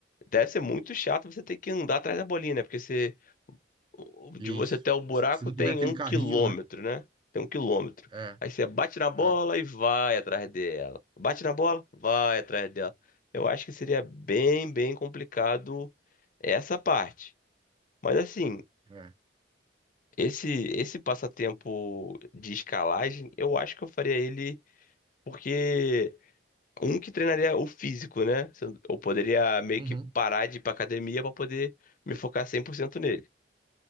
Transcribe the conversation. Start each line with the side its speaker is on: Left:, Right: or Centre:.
Left: deve ser muito chato você ter que andar atrás da bolinha, né? Porque você, o- de
Right: Isso.
Left: você até o buraco
Right: Se, se não
Left: tem
Right: tiver aquele
Left: um quilômetro,
Right: carrinho, né?
Left: né? Tem um quilômetro.
Right: É.
Left: Aí você bate na bola
Right: É,
Left: e vai atrás dela. Bate na bola, vai atrás dela. Eu acho que seria bem, bem complicado essa parte. Mas assim.
Right: é.
Left: Esse, esse passatempo de escalagem, eu acho que eu faria ele porque um que treinaria o físico, né? Se Eu eu poderia meio
Right: Uhum,
Left: que parar de ir pra academia para poder me focar 100% nele.